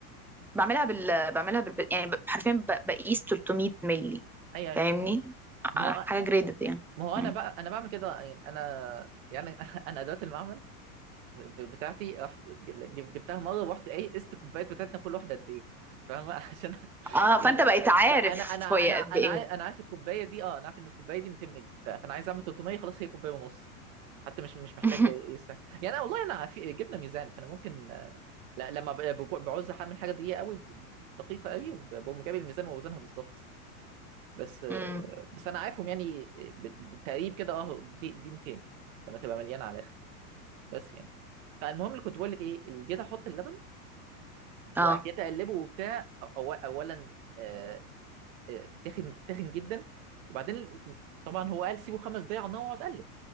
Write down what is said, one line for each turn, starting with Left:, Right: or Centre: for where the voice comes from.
Centre: بعملها بال بعملها بال يعني ب- حرفيا ب- بقيس 300 مللي
Right: اي اي
Centre: فاهمني
Right: ما
Centre: ع-
Right: هو
Centre: حاجه جريدد يعني
Right: ما هو
Centre: مم.
Right: انا بقى انا بعمل كده يعني انا يعني <laughs> انا ادوات المعمل ب- ب- بتاعتي رحت جب- جبتها مره ورحت ايه قست الكوبايات بتاعتنا كل واحده قد ايه فاهمه <laughs> عشان
Centre: اه
Right: يعني
Centre: فانت بقيت عارف
Right: فانا انا انا
Centre: هي قد
Right: انا
Centre: ايه
Right: عارف انا عارف الكوبايه دي اه انا عارف ان الكوبايه دي 200 مللي ف- فانا عايز اعمل 300 خلاص هي كوبايه ونص حتى مش مش محتاج
Centre: <laughs>
Right: يستاهل يعني أنا والله انا في جبنا ميزان فانا ممكن آه، لا لما ب- بعوز اعمل حاجه دقيقه قوي دقيقه قوي بقوم جايب الميزان واوزنها بالظبط بس
Centre: مم.
Right: بس انا عارفهم يعني بال- بالتقريب كده اه دي دي 200 لما تبقى مليانه على الاخر بس يعني فالمهم اللي كنت بقول لك ايه اللي جيت احط اللبن
Centre: اه
Right: وجيت اقلبه وبتاع أو أو- اولا آه، آه، تخن تخن جدا وبعدين ال- طبعا هو قال سيبه خمس دقايق على النار واقعد اقلب